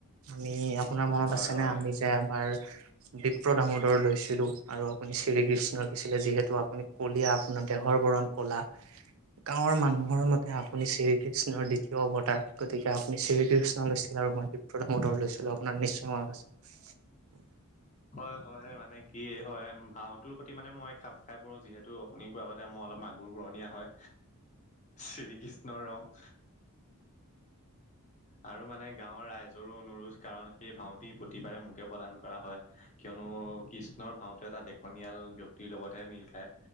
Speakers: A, on the right; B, on the left.
A: আমি আপোনাৰ মনত
B: হয়
A: আছেনে
B: হয় হয়
A: আমি যে এবাৰ বিপ্ৰদ দামোদৰ লৈছিলো, আৰু আপুনি শ্ৰীকৃষ্ণ লৈছিলে যিহেতু আপুনি কলিয়া আপোনাৰ দেহৰ বৰ বৰণ কলা, গাওঁৰ মানুহৰ মতে আপুনি শ্ৰীকৃষ্ণৰ দ্বিতীয় অৱতাৰ, গতিকে আপুনি শ্ৰীকৃষ্ণৰ নিচিনা ৰমে <unintelligible> লৈছিলো আপোনাৰ নিশ্চয় মনত আছে।
B: হয়, হয়, মানে কি হয় ভাও তোৰ প্ৰতি মানে মই খাপ খাই পৰো যিহেতু আপুনি কোৱা আগতে মই অলপ মাগুৰ বৰণীয়া হয়। শ্ৰীকৃষ্ণৰ ৰং। আৰু মানে গাঁৱৰ ৰাইজৰো অনুৰোধ কাৰনে সেই ভাওটি প্ৰতিবাৰে মোকে প্ৰদান কৰা হয়, কিয়নো কৃষ্ণৰ ভাওটো এটা দেশনিয়াল ব্যক্তি টিৰ লগতহে মিল খায়